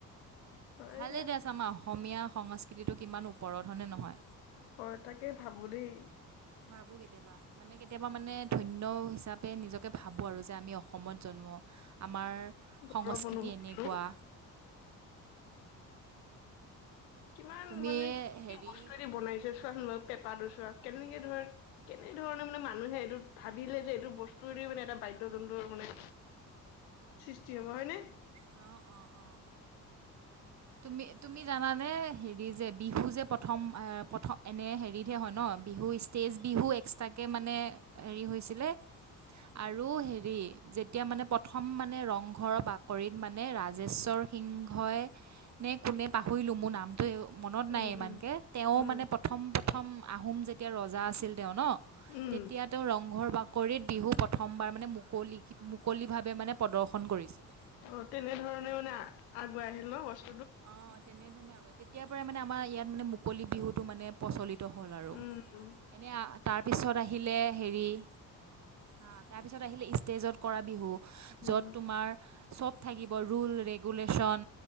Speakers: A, on the left (about 65°); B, on the right (about 35°).
A: হয়
B: ভালে
A: দিয়া।
B: দিয়াচোন আমাৰ অসমীয়া সংস্কৃতিটোক ইমান ওপৰত হয়নে নহয়।
A: হয় তাকেই ভাবো দেই।
B: ভাবো কেতিয়াবা মানে কেতিয়াবা মানে ধন্য হিচাপে নিজকে ভাবো আৰু যে আমি অসমত প্ৰজন্ম আমাৰ
A: গৌৰৱ
B: সংস্কৃতি
A: অনুভৱ
B: এনেকুৱা
A: কৰো কিমান
B: তুমি
A: মানে কি
B: হেৰি
A: বস্তু এৰি বনাইছে চোৱা বাৰু। পেঁপাটো ছোৱা কেনেকে ধৰ কেনেধৰণে মানে মানুহে এইটো ভাবিলে যে এইটো বস্তুে মানে এটা বাদ্য যন্ত্ৰ মানে সৃষ্টি হ'ব হয় নে?
B: অ', অ', অ', তুমি তুমি জানানে হেৰি বিহু যে প্ৰথম অঁ এনেই হেৰিত হে হয় ন, বিহু ষ্টেজ বিহু এক্সট্ৰকে মানে হেৰি হৈছিলে আৰু হেৰি যেতিয়া মানে প্ৰথম মানে ৰং ঘৰ বাক কৰিত মানে ৰাজেশ্বৰ সিংহই নে কোনে পাহৰিলো মোৰ নাম টো মনত
A: উম
B: নাই ইমানকে
A: উম
B: তেওঁ
A: উম
B: মানে প্ৰথম প্ৰথম আহোম যেতিয়া ৰজা আছিল তেওঁ ন
A: উম
B: তেতিয়া তেওঁ ৰংঘৰ বাকৰিত বিহু প্ৰথমবাৰ মানে মুকলি মুকলিভাৱে মানে প্ৰদৰ্শন কৰিছিলে।
A: অ তেনেধৰণে মানে আগুৱাই আহিল ন বস্ত
B: অ তেনেধৰণে। <unintelligible> তেতিয়া পৰাই মানে আমাৰ ইয়াত মানে মুকলি বিহুতটো মানে প্ৰচলিত হ'ল আৰু
A: উম উম
B: এনে তাৰপিছত আহিলে হেৰি হা তাৰপিছত আহিলে ষ্টেজত কৰা বিহু
A: উম
B: য'ত তোমাৰ চব থাকিব ৰুল ৰেগুলেশচন